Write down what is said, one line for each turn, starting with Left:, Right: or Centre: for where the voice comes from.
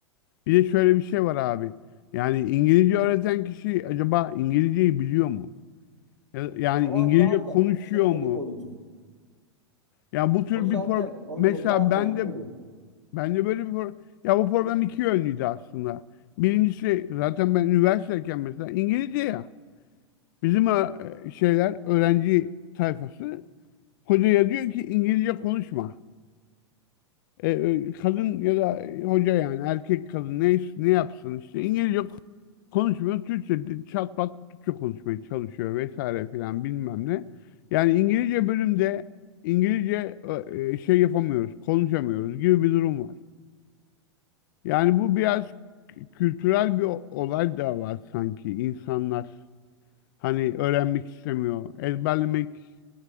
Left: Bir de şöyle bir şey var abi. Yani İngilizce öğreten kişi acaba İngilizceyi biliyor mu? Ya- Yani
Right: O
Left: İngilizce
Right: zaten
Left: konuşuyor
Right: işin ayrı
Left: mu?
Right: boyutu.
Left: Ya bu tür
Right: O
Left: bir
Right: zaten,
Left: problem.
Right: o,
Left: Mesela
Right: o zaten
Left: ben de
Right: ayrı.
Left: ben de böyle bir problem. Ya bu problem iki yönlüydü aslında. Birincisi zaten ben üniversiteyken mesela İngilizce ya. Bizim e, şeyler öğrenci tayfası hocaya diyor ki İngilizce konuşma. E, e, kadın ya da hoca yani erkek kadın neyse ne yapsın işte İngilizce konuşmuyor. Türkçe de- çat pat Türkçe konuşmaya çalışıyor vesaire filan bilmem ne. Yani İngilizce bölümde İngilizce e, e, şey yapamıyoruz, konuşamıyoruz gibi bir durum var. Yani bu biraz kültürel bir o- olay da var sanki. İnsanlar hani öğrenmek istemiyor, ezberlemek